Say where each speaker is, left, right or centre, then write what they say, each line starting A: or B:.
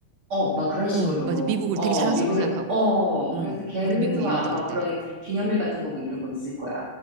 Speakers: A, on the right; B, on the right.
A: 어, 막 그런 식으로,
B: 어, 맞아. 미국을
A: 어,
B: 되게 자랑스럽게
A: 미국에,
B: 생각하고.
A: 어,
B: 어,
A: 그래서 걔네도
B: 우리 미국 이겼다,
A: 아마
B: 그때.
A: 그런 기념일 같은 거 뭐 이러고 있을 거야.